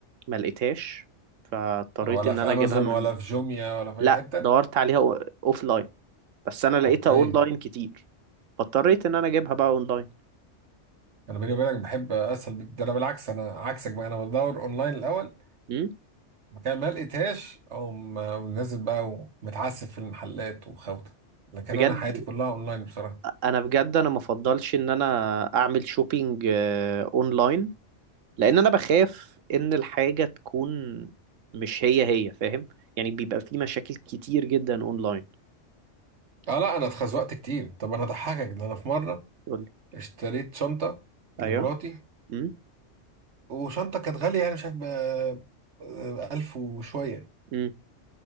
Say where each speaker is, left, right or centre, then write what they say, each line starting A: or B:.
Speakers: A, on the right; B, on the right.
A: ما لقيتهاش فاضطريت
B: ولا
A: ان
B: في
A: انا
B: امازون
A: اجيبها من
B: ولا في جوميا ولا في
A: لا
B: اي حته
A: دورت عليها اوف لاين بس انا لقيتها
B: اوكي
A: اونلاين كتير فاضطريت ان انا اجيبها بقى اونلاين
B: انا بيني وبينك بحب اسهل بك ده انا بالعكس انا عكسك بقى انا بدور اونلاين الاول
A: أمم.
B: مكان ما لقيتهاش او نازل بقى ومتعسف في المحلات وخوته لكن
A: بجد
B: انا حياتي كلها اونلاين بصراحه
A: انا بجد انا مفضلش ان انا اعمل شوبينج اونلاين لان انا بخاف ان الحاجه تكون مش هي هي فاهم يعني بيبقى في مشاكل كتير جدا اونلاين
B: اه لا انا اتخزوقت كتير طب انا اضحكك ان انا في مره
A: يقول لي
B: اشتريت شنطه لمراتي
A: ايوه امم
B: وشنطه كانت غاليه يعني مش عارف ب- ب- 1000 وشويه
A: امم